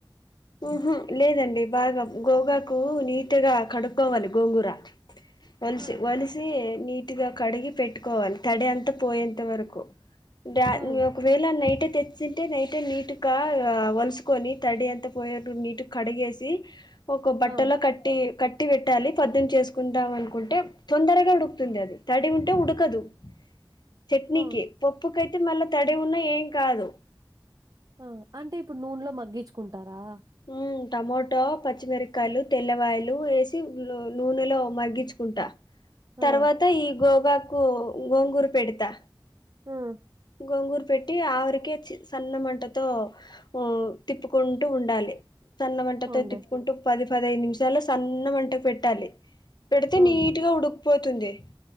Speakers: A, on the left; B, on the right.
A: ఉహు లేదండి బాగా గోగాకు నీటుగా కడుక్కోవాలి గోంగూర అ వలిసి
B: ఉమ్
A: వలిసి నీట్గా కడిగి పెట్టుకోవాలి తడి అంతా పోయేంత వరకు డా
B: ఉమ్
A: ఒకవేళ నైటే తెచ్చింటే నైటే నీటుగా వలుసుకొని తడి అంత పొయ్యేట్టు నీటిగ్ కడిగేసి ఒక బట్టలో
B: ఆ
A: కట్టి క ట్టి పెట్టాలి పద్దున్ చేసుకుంటం అనుకుంటే తొందరగా ఉడ్ తుంది
B: ఉమ్,
A: అది తడి ఉంటే ఉడకదు చట్నీకి
B: ఆ
A: పప్పుకైతే మళ్ళా తడి ఉన్నా ఏం కాదు
B: ఆ అంటే ఇప్పుడు నూనెలో మగ్గించుకుంటారా
A: ఉమ్ టమోటా, పచ్చిమిరకాయలు తెల్లవాయలు వేసి నూల్ నూనెలో మగ్గించుకుంటా
B: ఆ
A: తర్వాత ఈ గోగాకు గోంగూరు పెడతా
B: హ్మ్మ్
A: గొంగూరు పెట్టి ఆవిరికే సన్న మంటతో ఉమ్ తిప్పుకుం టు ఉండాలి సన్నమంటతో
B: అవునులే
A: తిప్పుకుంట ట్టు పది పదహైదు నిమిషాల్లో సన్న మంటకు పెట్టాలి పెడితే
B: ఆ
A: నీట్గా ఉడిక్పోతుంది